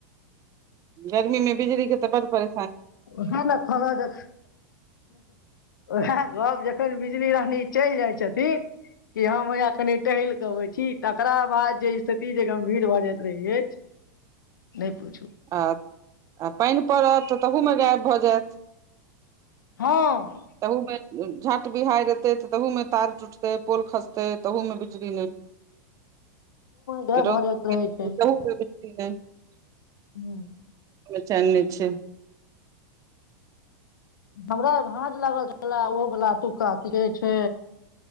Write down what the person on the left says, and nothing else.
उहे न कहलौ जे सब जखैन बिजली रानी चैल जाइ छथिन कि हम या कनि टहैल के आबै छी तकरा बाद जे स्थिति जे गम्भीर भऽ जाइत रहै अछि नहि पूछू
हँ
घ
भऽ रहै छै
हँ
हमरा भाँज लागल छलए ओहोवला ओतुक्का की कहै छै